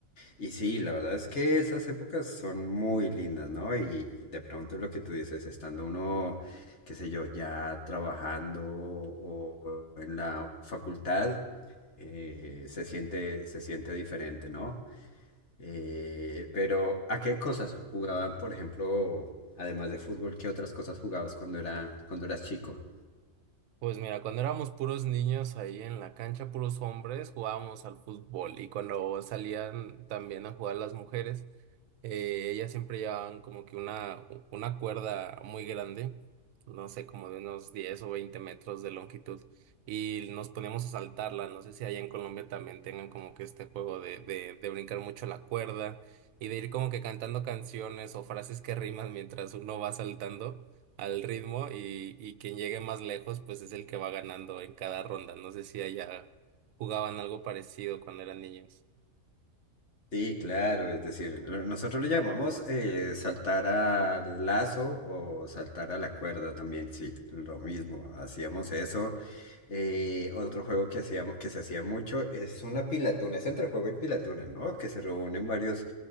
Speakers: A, on the left (about 55°); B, on the right (about 80°).
A: Y sí, la verdad es que esas épocas son muy lindas, ¿no? Y de pronto lo que tú dices, estando uno, qué sé yo, ya trabajando o o en la facultad, eh, se siente, se siente diferente, ¿no? Eh, pero, ¿a qué cosas jugaban, por ejemplo, además de fútbol, qué otras cosas jugabas cuando era, cuando eras chico?
B: Pues mira, cuando éramos puros niños ahí en la cancha, puros hombres, jugábamos al fútbol y cuando salían también a jugar las mujeres, eh, ellas siempre llevaban como que una, u- una cuerda muy grande, no sé, como de unos 10 o 20 metros de longitud y nos poníamos a saltarla. No sé si allá en Colombia también tengan como que este juego de, de, de brincar mucho la cuerda y de ir como que cantando canciones o frases que riman mientras uno va saltando al ritmo y, y quien llegue más lejos pues es el que va ganando en cada ronda. No sé si allá jugaban algo parecido cuando eran niños.
A: Sí, claro, es decir, lo- nosotros lo llamamos eh, saltar al lazo o saltar a la cuerda también, sí, lo mismo, hacíamos eso. Eh, otro juego que hacíamos, que se hacía mucho es una pilatuna, es entre juego y pilatuna, ¿no? Que se reúnen varios